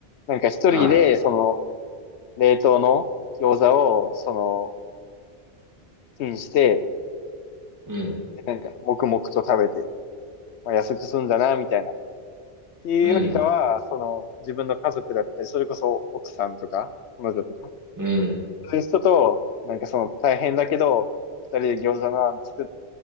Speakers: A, on the left; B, on the right.
A: なんか一人で、
B: はい。
A: その、冷凍の餃子を、その、チンして、
B: うん。
A: なんか、黙々と食べて、まあ、痩せて済んだな、みたいな。っていうよりかは、
B: うん、
A: その、自分の家族だったり、それこそ奥さんとか、彼女とか、
B: うん。
A: そういう人と、なんかその、大変だけど、二人で餃子のあん作っ、